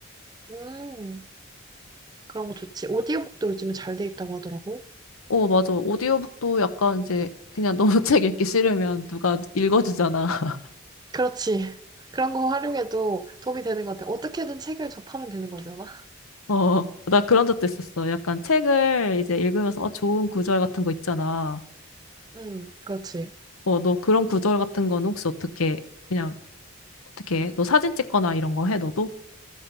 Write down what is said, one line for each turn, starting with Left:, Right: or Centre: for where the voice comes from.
Right: 음, 그런 거 좋지. 오디오북도 요즘에 잘 돼 있다고 하더라고.
Left: 어, 맞아. 오디오북도 약간 이제 그냥 너무 <laughs> 책 읽기 싫으면 누가 읽어주잖아. <laughs>
Right: 그렇지. 그런 거 활용해도 도움이 되는 것 같아. 어떻게든 책을 접하면 되는 거잖아.
Left: 어, 나 그런 적도 있었어. 약간 책을 이제 읽으면서 아, 좋은 구절 같은 거 있잖아.
Right: 응, 그렇지.
Left: 어, 너 그런 구절 같은 건 혹시 어떻게 그냥 어떻게 해? 너 사진 찍거나 이런 거 해, 너도?